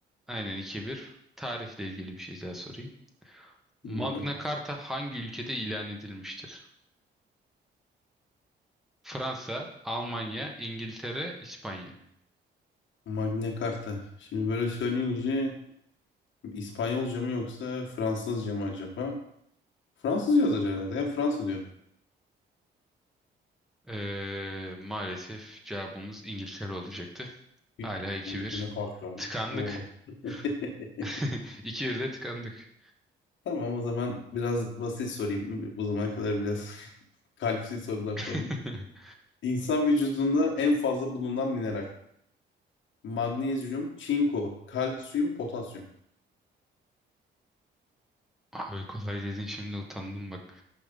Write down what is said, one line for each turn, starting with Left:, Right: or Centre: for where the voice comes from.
Centre: aynen iki bir tarihle ilgili bir şey daha sorayım. Magna
Left: Bilmiyorum.
Centre: Carta hangi ülkede ilan edilmiştir? Fransa, Almanya, İngiltere, İspanya.
Left: Magna Carta. Şimdi böyle söyleyince İspanyolca mı yoksa Fransızca mı acaba? Fransızca yazar herhalde ya. Fransa diyorum.
Centre: Ee, maalesef cevabımız İngiltere olacaktı.
Left: Hiç-
Centre: Hala 2-1.
Left: Magna Carta.
Centre: Tıkandık.
Left: Oo. <laughs>
Centre: <laughs> 2-1'de tıkandık.
Left: Tamam o zaman biraz basit sorayım. Bu zamana kadar biraz <laughs> kalpsiz sorular sordum.
Centre: <laughs>
Left: İnsan vücudunda en fazla bulunan mineral. Magnezyum, çinko, kalsiyum, potasyum.
Centre: Abi kolay dedin şimdi utandım bak.